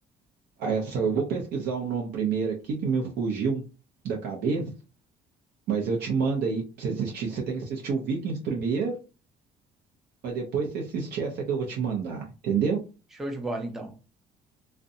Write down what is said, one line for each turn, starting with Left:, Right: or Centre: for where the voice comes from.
Right: a Essa, eu vou pesquisar o nome primeiro aqui, que me fugiu da cabeça, mas eu te mando aí pra você assistir. Você tem que assistir o Vikings primeiro, mas depois você assistir essa que eu vou te mandar, entendeu?
Centre: Show de bola então.